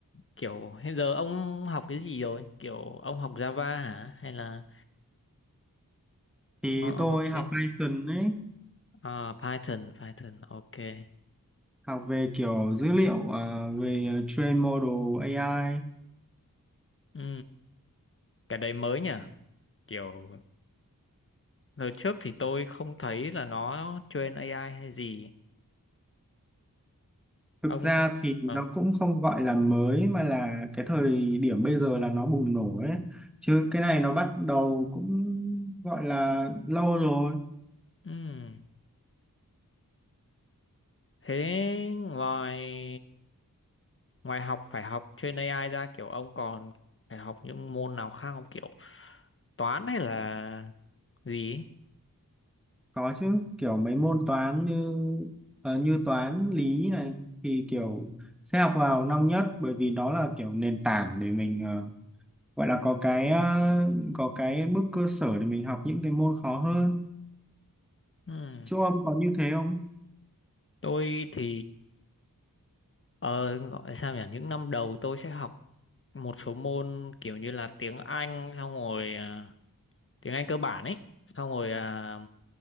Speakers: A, on the left (about 40°); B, in the centre.
A: kiểu hiện giờ ông học cái gì rồi? Kiểu ông học Java hả? Hay là
B: thì
A: ông, ông
B: tôi
A: học
B: học
A: C?
B: Python ấy
A: À, Python, Python, ok.
B: học về kiểu dữ liệu à, về ờ, train model AI
A: Ừ, cái đấy mới nhỉ? Kiểu Lần trước thì tôi không thấy là nó train AI hay gì.
B: thực
A: Ông
B: ra thì nó
A: à,
B: cũng không gọi là mới mà là cái thời điểm bây giờ là nó bùng nổ ấy chứ cái này nó bắt đầu cũng gọi là lâu rồi
A: ừm. Thế ngoài ngoài học phải học train AI ra kiểu ông còn phải học những môn nào khác không kiểu toán hay là gì? ấy?
B: có chứ kiểu mấy môn toán như ờ, như toán lý này thì kiểu sẽ học vào năm nhất bởi vì đó là kiểu nền tảng để mình ờ, gọi là có cái ờ, có cái bước cơ sở để mình học những cái môn khó hơn
A: Ừm.
B: chỗ ông có như thế không
A: Tôi thì ờ, gọi sao nhỉ? Những năm đầu tôi sẽ học một số môn kiểu như là tiếng Anh xong rồi à, tiếng Anh cơ bản ấy, xong rồi à,